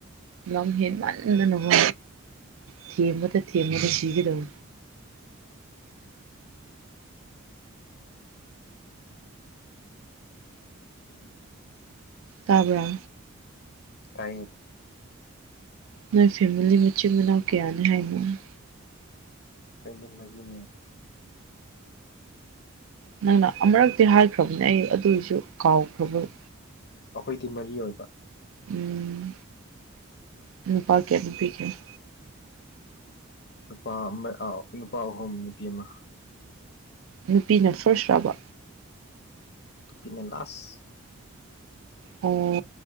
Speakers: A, on the right (about 75°); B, on the left (about 50°).
A: ꯂ ꯍꯦ ꯃꯥꯜꯗꯅꯕ ꯊꯤꯃꯗ ꯊꯤꯃꯗ ꯁꯤꯤꯕꯤꯗꯧ
B: <unintelligible> ꯎꯝ
A: ꯀꯕ꯭ꯔ
B: ꯇ
A: ꯅꯣꯏ ꯐꯦꯃꯤꯂꯤ ꯃꯆꯤꯟ ꯃꯅꯥꯎ ꯀꯌꯥꯅꯤ ꯍꯥꯏꯅꯉ
B: ꯀꯗꯤ ꯃꯔꯤꯅꯤ
A: ꯅꯪꯅ ꯑꯃꯨꯔꯛꯇꯤ ꯍꯥꯏꯈ꯭ꯔꯕꯅꯦ ꯑꯩ ꯑꯗꯨꯏꯁꯨ ꯀꯥꯎꯈ꯭ꯔꯕ
B: ꯑꯩꯈꯣꯏꯗꯤ ꯃꯔꯤ ꯑꯣꯏꯕ
A: ꯎꯝ ꯎꯝ ꯄꯀꯦ ꯄꯤꯦ
B: ꯅꯨꯄꯥ ꯅꯨꯄꯥ ꯑꯍꯨꯝ ꯅꯨꯄꯤ ꯑꯃ
A: ꯅꯨꯄꯤꯅ ꯐꯥꯔꯁ ꯔꯥꯎꯕ
B: ꯄꯅꯗꯥꯥꯁ
A: ꯑꯣ